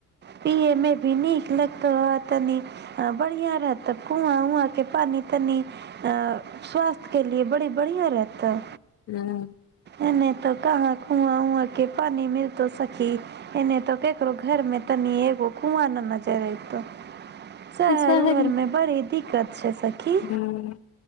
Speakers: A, on the right; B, on the left.
A: पीएमे भी नीक लगतो ह तनी अ बढ़िया रहत कुआँ उआँ के पानी तनी अ स्वास्थ्य के लिये बड़ी बढ़ियाॅं रहतऽ
B: हूँ <unintelligible>
A: एने तो कहाँ कुआ-उआँ के पानी मिलतो सखी एने तऽ केकरो घरमे तनि एगो कुआँ न नजर एइतो शहर
B: शहरी
A: उहरमे बड़ी दिक्कत छै सखी
B: हूॅं